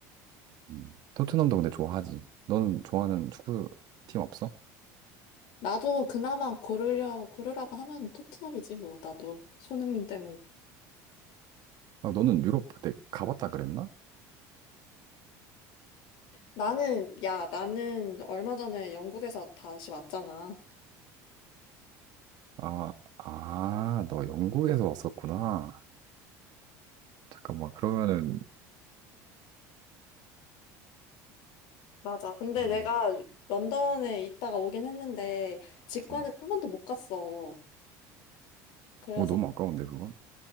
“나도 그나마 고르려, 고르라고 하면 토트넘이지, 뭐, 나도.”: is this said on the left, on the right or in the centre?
Left